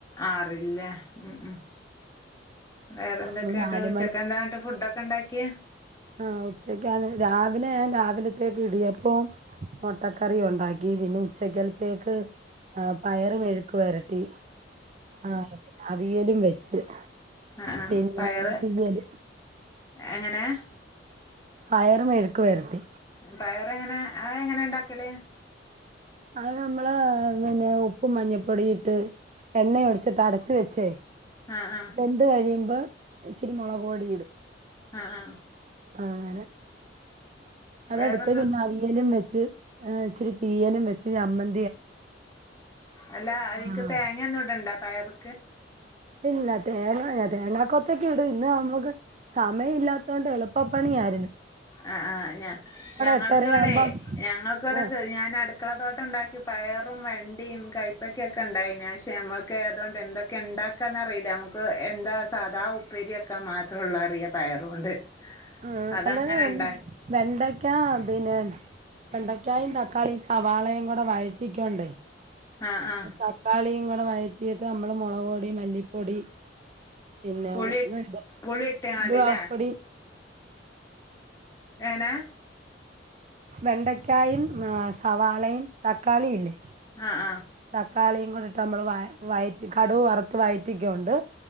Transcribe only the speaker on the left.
ആറിലാ ഉം ഉം. വേറെ എന്തൊക്കെയുണ്ട്
ഉച്ചക്ക് എന്തായുണ്ട് ഫുഡ് ഒക്കെ. ഉണ്ടാക്കിയേ.
ആ ആ
പയറ്
എങ്ങനെ.
പയർ എങ്ങനെ ആ <unintelligible> ഹ് എങ്ങനെ ഉണ്ടാക്കല്
ആ ആ
ആഹ് ആഹ്.
വേറൊന്നും
അല്ല അതീക്ക്
തേങ്ങ ഒന്നും ഇടണ്ട പയറ്
ആഹ് ആഹ് ഞ ഞങ്ങൾക്ക്‌
വടെ ഞങ്ങൾക്ക്‌ വടെ
<unintelligible> ഞാന് അടുക്കള തോട്ടണ്ടാക്കി പയർ റും വെണ്ടിയും കൈപക്കൊക്കെ ഉണ്ടായിനി. പക്ഷേ നമ്മക്ക് അതുകൊണ്ട് എന്തൊക്കെ ഉണ്ടാക്കാന്നറിയില്ല നമുക്ക് എന്താ സാധാ ഉപ്പേരിയൊക്കെ മാത്രുള്ളൊ അറിയ പയറുകൊണ്ട്.
അതങ്ങനെ
ഉണ്ടാക്കി
ആഹ് ആഹ്
പുളിയിട്ട്
പുളി ഇട്ടങ്ങാണ്ടില്ലേ
ഏനാ?
ആഹ് ആഹ്.